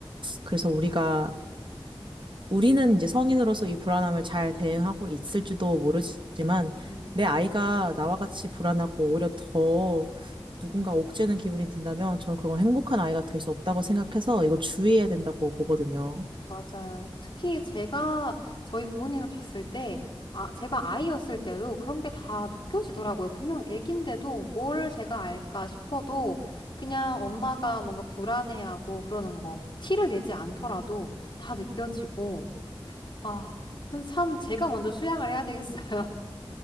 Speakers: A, on the right (about 60°); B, on the left (about 55°).
A: 그래서 우리가, 우리는 이제 성인으로서 이 불안함을 잘 대응하고 있을지도 모르지만
B: 음.
A: 내 아이가 나와 같이 불안하고 오히려 더 누군가 옥죄는 기분이 든다면 저는 그건 행복한 아이가 될 수 없다고 생각해서 이걸 주의해야 된다고 보거든요.
B: 맞아요. 특히 제가 저희 부모님을 봤을 때, 아, 제가 아이였을 때도 그런 게 다 느껴지더라고요. 분명 애긴데도 뭘 제가 알까 싶어도 그냥 엄마가 뭔가 불안해하고 그러는 거, 티를 내지 않더라도 다 느껴지고, 아, 그래서 참 제가 먼저 수양을 해야 되겠어요.